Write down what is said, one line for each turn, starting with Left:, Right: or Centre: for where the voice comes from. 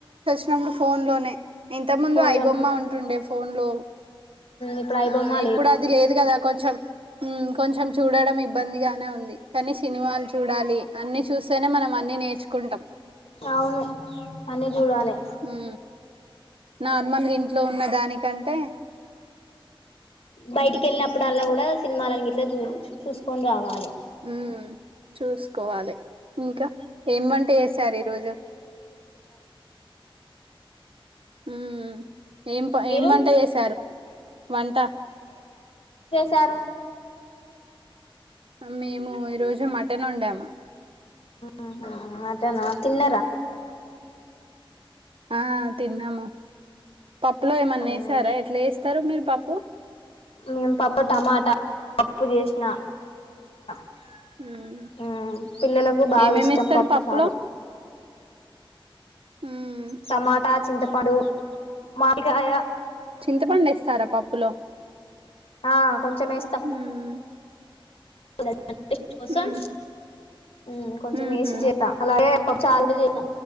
Right: ప్పుడు ఫోన్ లోనే ఇంతక్ ముందు
Left: ఫోన్
Right: ఐబొమ్మ
Left: లోనే
Right: ఉంటుండే ఫోన్ లో
Left: ఇప్పుడు ఐబొమ్మ
Right: ఆ ఇప్పుడు అది లేదు కదా కొంచం ఉమ్ కొంచెం చూడడం ఇబ్బందిగానే ఉంది కానీ సినిమాలు లి అన్ని చూస్తేనే మనం అన్ని నేర్చుకుంటాం
Left: అవును అన్ని చూడాలి
Right: ఉం నార్మల్ గా ఇంట్లో ఉన్న దానికంటే
Left: బయటికి వెళ్ళినప్పుడల్లా కూడా సినిమాలని గిట్లా చూ చూసుకొని రావాలే
Right: ఉమ్ చూసుకోవాలే ఇంకా ఏం వంట చేసారు ఈరోజు మ్ ఏం ప
Left: మీరు
Right: ఏం వంట చేశారు వంట
Left: చారు
Right: మేము ఈ రోజు మటన్ వొండాము
Left: ఆ హ మాటనా తిన్న
Right: ఆ తిన్నాము పప్పులో ఏమన్నా
Left: మ్
Right: వేసారా ఎట్లా వేస్తారు మీరు పప్పు
Left: మేం పప్పు టమాటా పప్పు జెశిన ఆ
Right: ఉమ్
Left: పిల్లలకు బాగా
Right: ఏమేమి
Left: ఇష్టం
Right: వేస్తారు
Left: పప్పు
Right: పప్పులో
Left: చారు
Right: ఉమ్
Left: టమాటా చింతపాండు మాడికాయ
Right: చింతపండేస్తారా పప్పులో
Left: ఆ కొంచం ఎస్తం
Right: ఉమ్
Left: <unintelligible> కోసం
Right: ఉమ్
Left: మ్ కొంచెం
Right: ఉహు
Left: వేసి చెత్త అలాగే చారు కూడ చేసిన